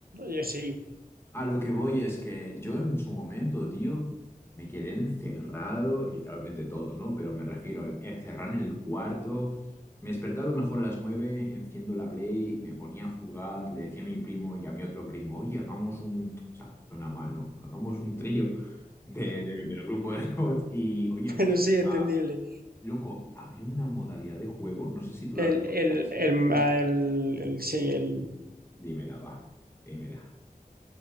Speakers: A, on the right; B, on the left.
A: yo sí,
B: A lo que voy es que yo en su momento, tío, me quedé encerrado, literalmente todos, ¿no? Pero me refiero a encerrar en el cuarto. Me despertaba a lo mejor a las nueve, enciendo la Play, me ponía a jugar, le decía a mi primo y a mi otro primo, oye, hagamos un... O sea, suena mal, ¿no? Hagamos un trío de, de- del grupo de bots y, oye,
A: <laughs>
B: empezó
A: pero sí, entendible.
B: a- loco, había una modalidad de juego, no sé si tú
A: El,
B: la recuerdas.
A: el, el, ah, el- el- sí, el...
B: Dímela, va, dímela.